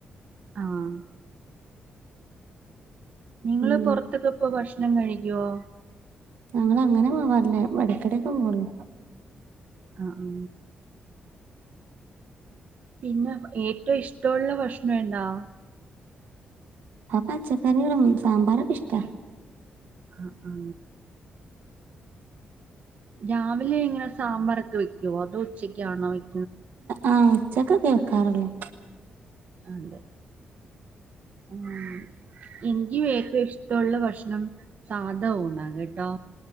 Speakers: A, on the right; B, on the right.
A: ആഹ് നിങ്ങള്
B: ഉം
A: പുറത്തൊക്കെ പോയ് ഭക്ഷണം ഭക്ഷണം കഴിക്കുവോ
B: ഞങ്ങൾ അങ്ങനെ പോവാറില്ല ഇടയ്ക്കിടൊക്കെ പോവുള്ളൂ
A: ആഹ ആ പിന്നെ ഏറ്റവും ഇഷ് ഇഷ്ടോള്ള ഭക്ഷണം എന്താ
B: ആപ്പ പച്ചക്കറികളും സാമ്പാറൊക്കെ ഇഷ്ടാ
A: ആ ആ രാവിലെ ഇങ്ങനെ സാമ്പാറൊക്കെ വെയ്ക്കുവോ അതോ ഉച്ചക്കാണോ വെയ്
B: ആഹ് ചക്കത്തി കാരല്ലാം
A: ആല്ലേ ഉം എനിക്ക് ഏറ്റവും ഇഷ്ടമുള്ള ഭക്ഷണം സാധാ ഊണാ കേട്ടോ